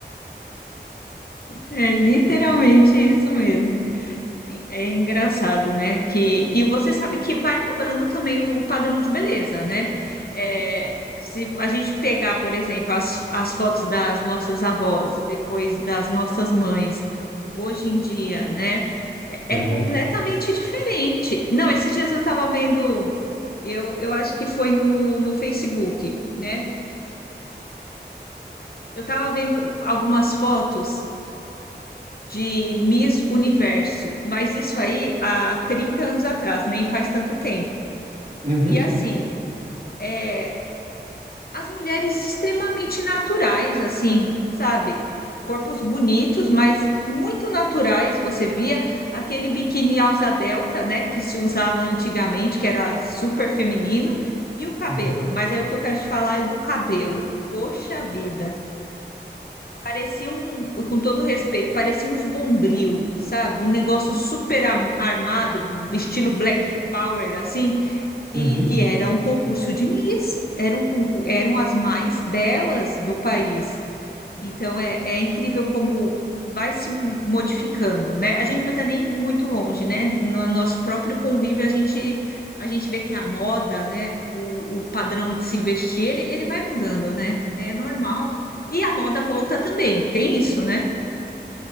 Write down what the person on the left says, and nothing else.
É literalmente isso mesmo. É é engraçado, né? Que, e você sabe que vai mudando também o, o padrão de beleza, né? É, se a gente pegar, por exemplo, as, as fotos das nossas avós, depois das nossas mães, hoje em dia, né? É,
é completamente diferente. Não, esses dias eu estava vendo, eu, eu acho que foi no, no Facebook, né? Eu estava vendo algumas fotos. de Miss Universo, mas isso aí há 30 anos atrás, nem faz tanto tempo.
E assim, é, as mulheres extremamente naturais, assim, sabe? Corpos bonitos, mas muito naturais. Você via aquele biquíni alça delta, né, que se usava antigamente, que era super feminino, e o cabelo.
Mas aí o que eu quero te falar é do cabelo. Poxa vida. Parecia um, com todo respeito, parecia uns bombril, sabe? Um negócio super am- armado, estilo Black Power, assim. E,
e era um concurso de Miss. Era um concurso, eram as mais belas do país. Então é, é incrível como vai se modificando, né? A gente não precisa nem ir muito longe, né? No nosso próprio convívio, a gente, a gente vê que a moda, né? O, o padrão de se vestir, ele, ele vai mudando, né? É normal. E a moda volta também, tem isso, né?